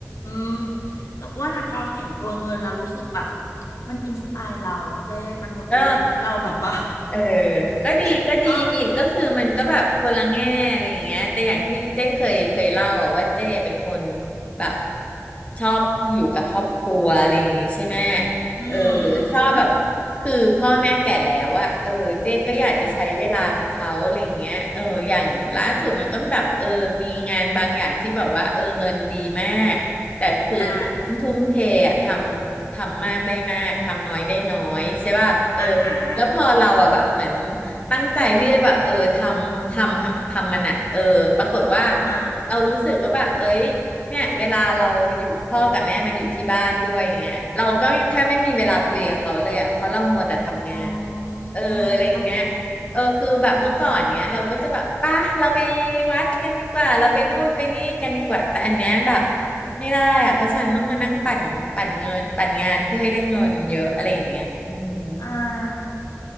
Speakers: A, on the left; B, on the left.
A: ม แต่ว่าน่ะพอเห็นตัวเงินแล้วรู้สึกแบบมันอินสปายเราเจ้มันม
B: ก็
A: t i เว e ให้เราแบบว่า
B: เออก็ดีก็ดีก็คือมันก็แบบคนละแง่อะไรอย่างเงี้ยแต่อย่างที่เจ้เคยเคยเล่าอะว่าเจ้เป็นคน
A: <laughs> เออ
B: แบบชอบอยู่กับครอบครัวอะไรอย่างงี้ใช่ไหม
A: อื
B: เออชอบแบบ
A: ม
B: คือพ่อแม่แก่แล้วอะเออเจ้ก็อยากจะใช้เวลากับเขาอะไรอย่างเงี้ยเอออย่างล่าสุดมันก็แบบเออมีงานบางอย่างที่แบบว่าเออเงินดีมากแต่คือ
A: อืมอ่า
B: ทุ่มเทอะทำทำมากได้มากทำน้อยได้น้อยใช่ป่ะเออ
A: อาหาร
B: แล้วพอเราอ่ะแบบเหมือนตั้งใจที่จะแบบเออทำทำทำมันอ่ะเออปรากฏว่า
A: อ่า
B: เรารู้สึกว่าแบบเอ้ยเนี่ยเวลาเราอยู่พ่อกับแม่มาอยู่ที่บ้านด้วยอย่างเงี้ยเราก็แทบไม่มีเวลาคุยกับเขาเลยอ่ะเพราะเรามัวแต่ทำงาน
A: อื
B: เอออะไรอย่างเงี้ย
A: ม เข้าใจ
B: เออคือแบบเมื่อก่อนเนี้ยเราก็จะแบบป่ะเราไปวัดกันดีกว่าเราไปนู่นไปนี่กันดีกว่าแต่อันเนี้ยแบบไม่ได้อ่ะเพราะฉันต้องมานั่งปั่นปั่นเงินปั่นงานเพื่อให้ได้เงินเยอะอะไรอย่างเงี้ยอืม
A: อ่า